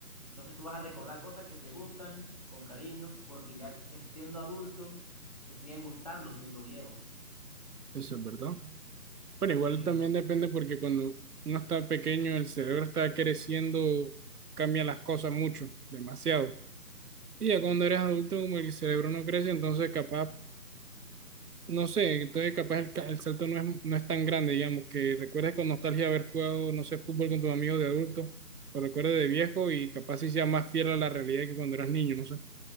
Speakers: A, on the left (about 25°); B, on the right (about 65°).
A: Entonces tú vas a recordar cosas que te gustan con cariño, porque ya es- siendo adulto te siguen gustando siendo viejo.
B: eso es verdad. Bueno, igual
A: Eh,
B: también depende porque cuando uno está pequeño, el cerebro está creciendo, cambia las cosas mucho, demasiado. Y ya
A: Sí.
B: cuando eres adulto, como el cerebro no crece, entonces capaz No sé, entonces capaz el, ca- el salto no es, no es tan grande, digamos, que recuerdes con nostalgia haber jugado, no sé, fútbol con tus amigos de adulto, lo recuerdes de viejo y capaz sí sea más fiel a la realidad que cuando eras niño, no sé.